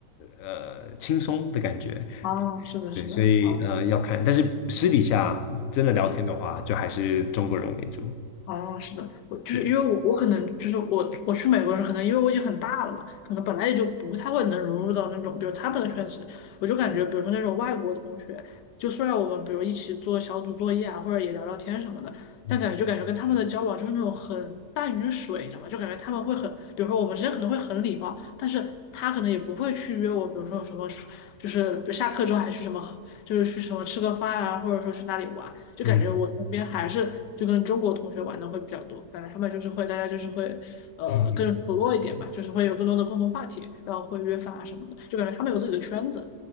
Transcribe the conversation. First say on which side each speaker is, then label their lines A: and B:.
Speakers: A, on the left; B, on the left.
A: 呃轻松的感觉，
B: 啊，是的，是的，
A: 对，所以呃要看，
B: 啊，
A: 但是私底下真的聊天的话，
B: 嗯。
A: 就还是中国人为主，
B: 哦，是的，我就是因为我我可能就是我我去美国的时候，
A: 对，
B: 可能因为我已经很大了嘛，可能本来也就不太会能融入到那种比如他们的圈子，我就感觉比如说那种外国同学，就虽然我们比如一起做小组作业啊，或者也聊聊天什么的，但感觉就感觉跟他们的交往就是那种很淡于水，
A: 嗯
B: 你知道吗？就感觉他们会很，比如说我们之间可能会很礼貌，但是他可能也不会去约我，比如说什么就是比如下课之后还去什么。就是去什么吃个饭啊，或者说去哪里玩，就感觉我身边还是就跟中国同学玩的会比较多，
A: 嗯嗯。
B: 感觉他们就是会大家就是会呃更熟络一点吧，
A: 嗯，
B: 就是会有更多的共同话题，然后会约饭啊什么的，就感觉他们有自己的圈子。